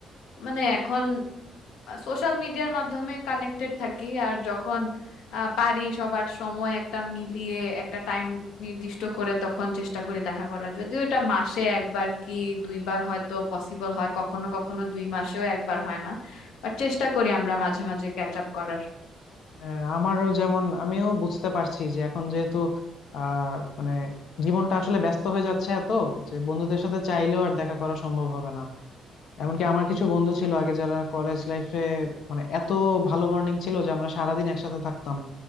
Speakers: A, on the left; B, on the left.
A: মানে এখন সোশ্যাল মিডিয়ার মাধ্যমে কানেক্টেড থাকি আর যখন আহ, পারি সবার সময় একটা মিলিয়ে একটা টাইম নির্দিষ্ট করে তখন চেষ্টা করি দেখা করার যদিও এটা মাসে একবার কি দুইবার হয়তো পসিবল হয় কখনো কখনো দুই মাসেও একবার হয় না বাট চেষ্টা করি আমরা মাঝে মাঝে ক্যাচ আপ করার
B: হ্যাঁ আমারও যেমন আমিও বুঝতে পারছি যে এখন যেহেতু আহ মানে জীবনটা আসলে ব্যস্ত হয়ে যাচ্ছে এত যে বন্ধুদের সাথে চাইলেও আর দেখা করা সম্ভব হবে না এমনকি আমার কিছু বন্ধু ছিল আগে যারা কলেজ লাইফে মানে এত ভালো বন্ডিং ছিল যে আমরা সারাদিন একসাথে থাকতাম